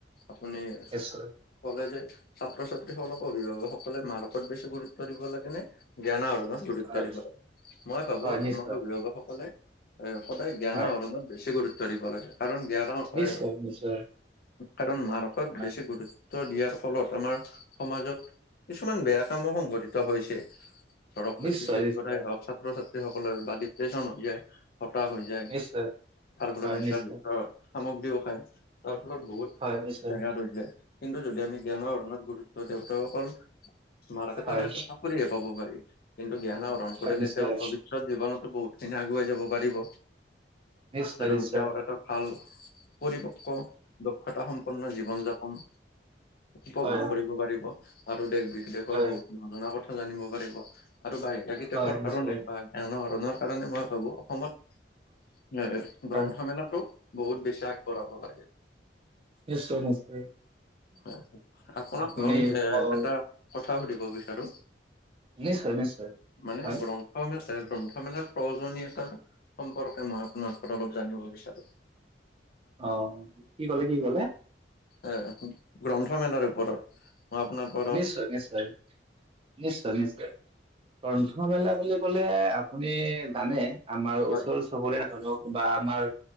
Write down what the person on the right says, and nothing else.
নিশ্চয়
হয়
হয় নিশ্চয়
হয়
নিশ্চয়
নিশ্চয়
হয়
নিশ্চয়
নিশ্চয়
নিশ্চয়
হয়
নিশ্চয়,
হয় নিশ্চয়,
হয়,
হয় নিশ্চয়।
নিশ্চয়
নিশ্চয়,
হয়,
হয়,
হয় নিশ্চয়,
হয়,
নিশ্চয় নিশ্চয়।
আপুনি
অ',
নিশ্চয় নিশ্চয়।
হয়,
অঁ কি কলে, কি কলে?
নিশ্চয়, নিশ্চয়। নিশ্চয়, নিশ্চয়। গ্ৰন্থমেলা বুলি ক'লে আপুনি জানে আমাৰ
ওচৰ-চুবুৰীয়া ধৰক বা আমাৰ